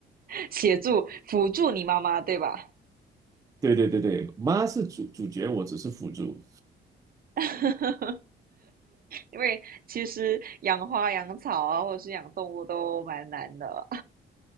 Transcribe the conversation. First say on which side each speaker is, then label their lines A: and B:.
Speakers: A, on the right; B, on the right.
A: 协助辅助你妈妈，对吧？
B: 对对对对，妈是主主角，我只是辅助。
A: <laughs> 因为其实养花、养草啊，或者是养动物都蛮难的。